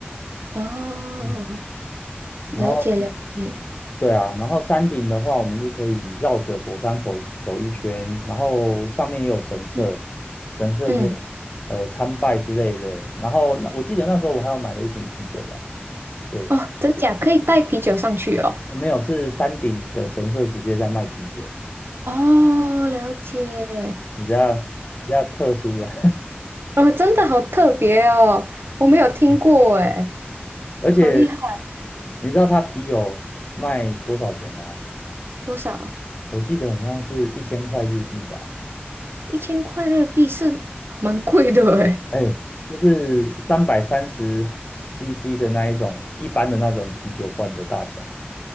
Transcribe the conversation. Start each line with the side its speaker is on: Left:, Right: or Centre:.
Right: 哦，
Left: 嗯，
Right: 了解了解，
Left: 然后对啊，然后山顶的话，我们就可以绕着火山口走一圈，然后上面也有神社，
Right: 嗯
Left: 神社可以呃参拜之类的。
Right: 嗯，
Left: 然后那我记得那时候我还有买了一瓶啤酒吧，对，
Right: 哦，真假可以带啤酒上去哦。
Left: 没有是山顶的神社直接在卖啤酒，
Right: 哦，了解，
Left: 比较比较特殊啊。
Right: 哦，真的好特别哦，我没有听过诶，
Left: <laughs> 而且
Right: 好厉害，
Left: 你知道他啤酒卖多少钱吗？
Right: 多少？
Left: 我记得很像是一千块日币吧。
Right: 一千块日币是蛮贵的诶。
Left: 哎，就是三百三十 CC 的那一种一般的那种啤酒罐的大小。